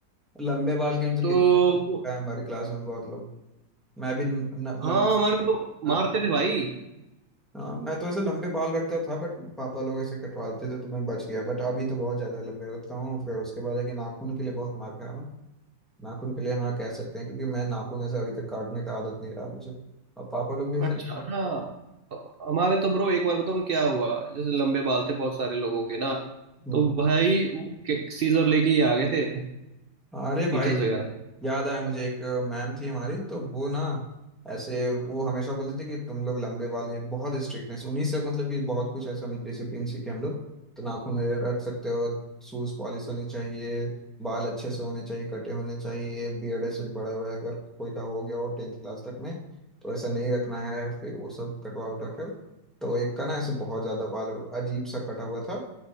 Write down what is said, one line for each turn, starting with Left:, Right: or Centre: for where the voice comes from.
Centre: लंबे बाल के लिए तो
Right: तो
Centre: कितना है हमारी क्लास में बहुत लोग मैं भी न, न,
Right: हाँ
Centre: लंबा
Right: हमारे को मारते
Centre: था
Right: थे भाई
Centre: हाँ मैं तो ऐसे लंबे बाल रखता था बट पापा लोग ऐसे कटवाते थे तो मैं बच गया बट अभी तो बहुत ज्यादा लंबे रखता हूँ फिर उसके बाद है कि नाखून के लिए बहुत मार खाया हूँ नाखून के लिए हाँ कह सकते हैं क्योंकि मैं नाखून ऐसे अभी तक काटने का आदत नहीं रहा मुझे और पापा लोग भी ऐसे
Right: अच्छा हाँ हमारे तो ब्रो एक बार बताऊँ क्या हुआ जैसे लंबे बाल थे बहुत सारे लोगों के ना
Centre: हम्म
Right: तो भाई वो सीजर लेके ही आ गए थे
Centre: अरे भाई
Right: टीचर्स वगैरह
Centre: याद आया मुझे एक मैम थी हमारी तो वो ना ऐसे वो हमेशा बोलते थे कि तुम लोग लंबे बाल में बहुत स्ट्रिक्टनेस उन्हीं से मतलब कि बहुत कुछ ऐसा मतलब डिसिप्लिन सीखे हम लोग तो नाखून में रख सकते हो शूज पॉलिश होनी चाहिए बाल अच्छे से होने चाहिए कटे होने चाहिए बियर्ड ऐसे बड़ा बड़ा अगर कोई का हो गया हो टेंथ क्लास तक में तो ऐसा नहीं रखना है फिर वो सब कटवा उठा कर तो एक का ना ऐसे बहुत ज्यादा बाल अजीब सा कटा हुआ था